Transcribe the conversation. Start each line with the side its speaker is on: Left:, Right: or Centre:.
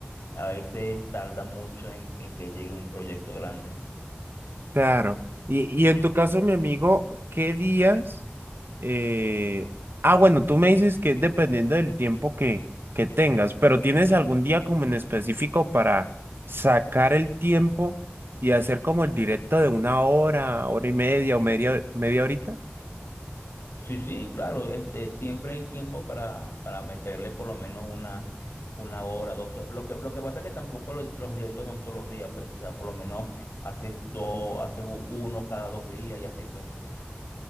Left: a veces tarda mucho en en que llegue un proyecto grande.
Right: Claro. Y, y en tu caso, mi amigo, ¿qué días? Eh, ah, bueno, tú me dices que es dependiendo del tiempo que, que tengas, pero ¿tienes algún día como en específico para sacar el tiempo y hacer como el directo de una hora, hora y media o media, media horita?
Left: Sí, sí, claro, este, siempre hay tiempo para, para meterle por lo menos una, una hora, dos horas. Lo que, lo que pasa es que tampoco lo- los directos son todos los días, pues, o sea, por lo menos haces dos, haces u- uno cada dos días y así, pues.